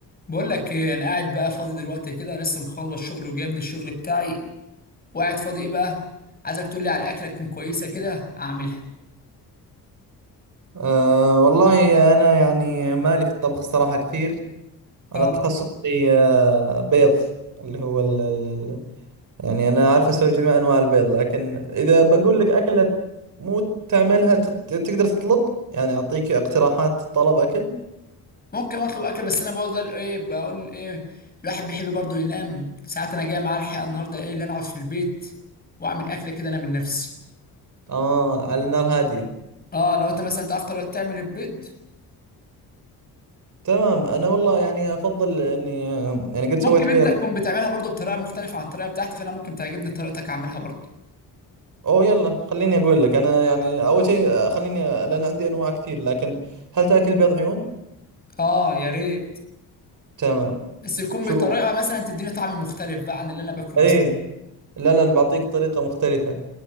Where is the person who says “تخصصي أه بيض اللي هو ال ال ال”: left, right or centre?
Right